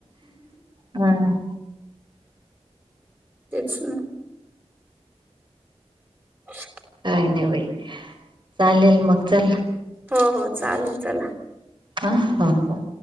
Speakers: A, on the right (about 45°); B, on the right (about 20°).
A: हम्म
B: तेच ना अस्स
A: काय नाही बाई, चालेल मग चल.
B: हो हो चालेल चला.
A: हां हो हो